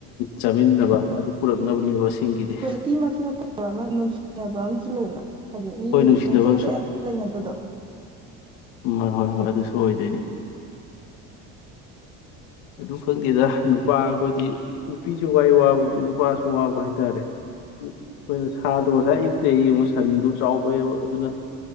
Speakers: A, on the left; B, on the right.
A: ꯆꯥꯃꯤꯟꯅꯕ ꯑꯗꯨ ꯄꯨꯔꯛꯅꯕꯅꯦꯕ ꯑꯁꯦꯡꯒꯤꯗꯤ
B: ꯀꯤꯃꯛꯁꯨ ꯅꯠꯇꯕ ꯑꯃ ꯅꯨꯡꯁꯤꯅꯕ ꯑꯃ ꯁꯤ ꯂꯩꯅ ꯍꯥꯏꯗꯤ
A: ꯍꯣꯏ ꯅꯨꯡꯁꯤꯅꯕ
B: ꯃꯤꯇ꯭ꯔꯦ ꯍꯥꯏꯆꯦꯠ ꯑꯝꯇ ꯂꯩꯅꯗꯕꯗꯣ ꯎ
A: ꯑꯎ ꯍꯣꯏ ꯍꯣꯏ ꯑꯗꯨꯁꯨ ꯑꯣꯏꯗꯣꯏꯅꯦ ꯑꯗꯨ ꯈꯪꯗꯦꯗ ꯅꯨꯄꯥ ꯑꯩꯈꯣꯏꯗꯤ ꯅꯨꯄꯤꯁꯨ ꯋꯥꯏ ꯋꯥꯕꯕꯨꯕꯗꯤ ꯅꯨꯄꯥꯁꯨ ꯋꯥꯕ ꯍꯥꯏꯇꯥꯔꯦ ꯑꯩꯈꯣꯏꯅ ꯁꯥꯗꯣ ꯉꯁꯥꯏ ꯑꯌꯨꯛꯇꯒꯤ ꯌꯦꯡꯉ ꯁꯟꯗꯣ ꯆꯥꯎꯕꯩꯕ ꯑꯗꯨꯅ